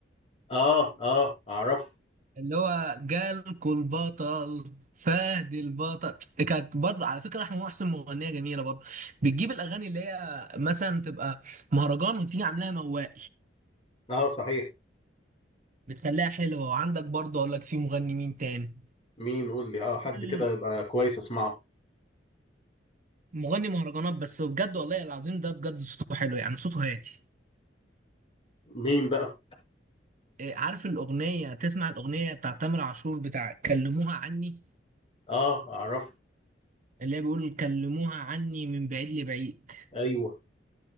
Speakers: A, on the left; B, on the right.
A: اه اه اعرف
B: اللي هو جالكوا البطل فهد البطل كانت برضه على فكره احمد محسن مغنيه جميله برضه بتجيب الاغاني اللي هي مثلا تبقى مهرجان وتيجي عاملاها موال
A: اه صحيح
B: بتخليها حلوه وعندك برضه اقول لك في مغني مين تاني
A: مين قول لي اه حد
B: كل
A: كده يبقى كويس اسمعه
B: مغني مهرجانات بس بجد والله العظيم ده بجد صوته حلو يعني صوته هادي
A: مين بقى
B: إيه، عارف الاغنيه تسمع الاغنيه بتاع تامر عاشور بتاع كلموها عني
A: اه اعرف
B: اللي هي بيقول كلموها عني من بعيد لبعيد
A: ايوه